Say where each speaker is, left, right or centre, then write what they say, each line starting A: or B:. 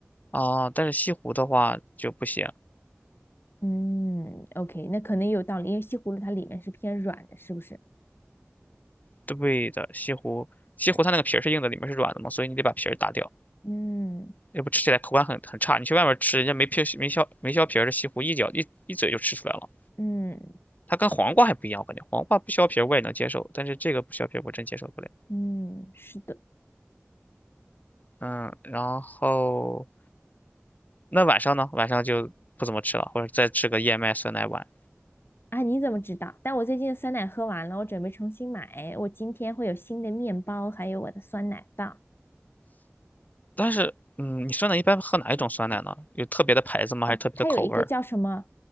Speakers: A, on the left (about 35°); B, on the left (about 55°).
A: 啊，但是西湖的话就不行。
B: 嗯，OK，那可能也有道理，因为西葫芦它里面是偏软的，是不是？
A: 对的，西湖，西湖它那个皮儿是硬的，里面是软的嘛，所以你得把皮儿打掉，
B: 嗯
A: 要不吃起来口感很很差。你去外面吃，人家没皮没削没削皮儿的西湖，一咬一一嘴就吃出来了。
B: 嗯
A: 它跟黄瓜还不一样，我感觉黄瓜不削皮儿我也能接受，但是这个不削皮儿我真接受不了。
B: 嗯，是的。
A: 嗯，然后那晚上呢？晚上就不怎么吃了，或者再吃个燕麦酸奶碗。
B: 啊，你怎么知道？但我最近的酸奶喝完了，我准备重新买。我今天会有新的面包，还有我的酸奶棒。
A: 但是，嗯，你酸奶一般喝哪一种酸奶呢？有特别的牌子吗？
B: 哦，
A: 还是特别的口味儿
B: 它有一个叫什么